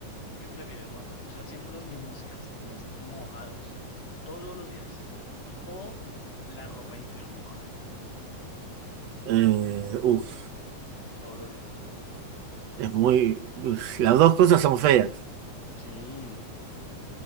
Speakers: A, on the left; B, on the right.
A: ¿tú qué prefieres, Rafa? ¿Usar siempre los mismos calcetines mojados todos los días? ¿O la ropa interior mojada
B: Eh, uf,
A: todos los días?
B: es muy... uf, las dos cosas son feas,
A: Sí.